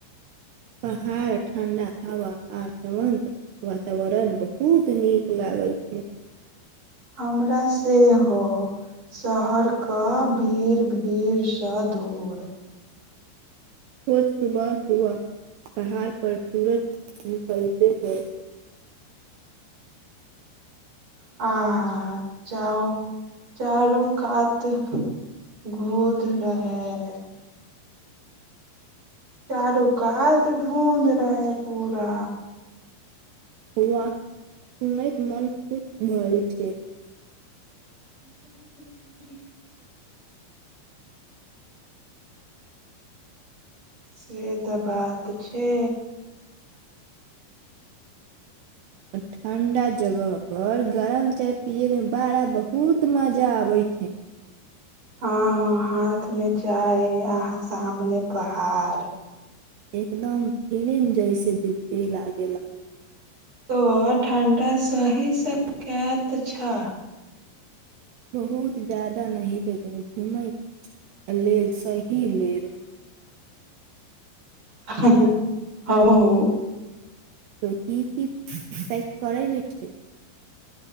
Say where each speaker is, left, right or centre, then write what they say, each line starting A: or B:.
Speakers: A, on the right; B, on the right.
A: पहाड़ ठण्डा हवा आ तुरन्त वातावरण बहुत नीक लागै छै
B: हमरा सेहो शहरके भीड़ भीड़सँ दूर
A: <inaudible> सुबह सुबह पहाड़ पर सूरज निकलते हे <inaudible>
B: <inaudible> आहा चउ चारू कात घूद रहै <inaudible> चारू कात धूँध रहै पूरा
A: वाह सुनयैत मोन खुश भ जाय छै
B: क ब <inaudible> से तऽ बात छै
A: ठंडा जगह पर गरम चाय पिये मे बड़ा बहुत मजा आबे छै
B: हँ ह हाथ मे चाय आ सामने पहाड़
A: एकदम फिल्म जइसे दिखे ला गेला
B: तऽ ठण्डा सही सकैत छ
A: बहुत ज्यादा नहि लेकनि घूमय लेल सही लेल
B: <inaudible> हम हो
A: तऽ की की पैक करै बैठे